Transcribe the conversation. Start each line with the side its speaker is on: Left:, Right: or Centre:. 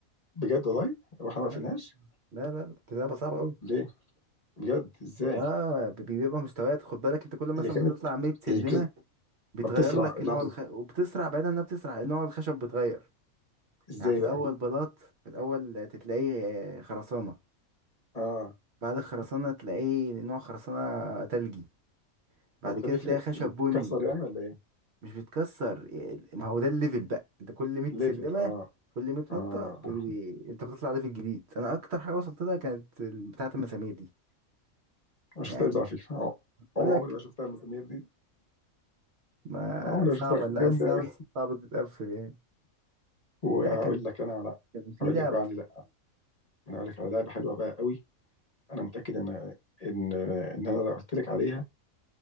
Left: بجد والله هو احنا ما
Right: لا
Left: قفلناش
Right: لا لا، دي لعبه صعبه قوي
Left: ليه بجد ازاي
Right: اه بي- بي- بيبقى مستويات خد بالك انت كل مثلا
Left: اللي كانت
Right: ما تطلع 100 سلمه
Left: اللي كانت
Right: بيتغير
Left: بتسرع
Right: لك
Left: اللعبة
Right: نوع الخ... وبتسرع بعيدا انها بتسرع نوع الخشب بيتغير
Left: ازاي
Right: يعني في الاول
Left: بقى
Right: بلاط في الاول تلاقيه آه، خرسانه
Left: اه
Right: بعد الخرسانه تلاقيه نوع خرسانه تلجي بعد
Left: طب وده
Right: كده
Left: بيفرق
Right: تلاقي خشب
Left: بتكسر
Right: بني
Left: يعني ولا ايه
Right: مش بيتكسر ما هو ده الليفل بقى انت كل 100
Left: ليفل
Right: سلمة
Left: اه
Right: كل 100
Left: اه
Right: نطة بي... بي- انت بتطلع ليفل جديد انا اكتر حاجة وصلت لها كانت ال- بتاعة المسامير دي
Left: ما شفتهاش
Right: يعني
Left: على فكرة آه.
Right: بقول
Left: عم- عمري
Right: لك
Left: ما شفتها المسامير دي
Right: ما
Left: عمري
Right: صعبة
Left: ما شفتها
Right: لا
Left: جامدة
Right: اسلحة
Left: قوي
Right: دي صعبة تتقفل يعني
Left: وهقول
Right: لا كان
Left: لك انا على
Right: كان في
Left: هقول
Right: لعبة
Left: لك بقى على انا اقول لك على لعبه حلوه بقى قوي انا متاكد ان ان ان انا لو قلت لك عليها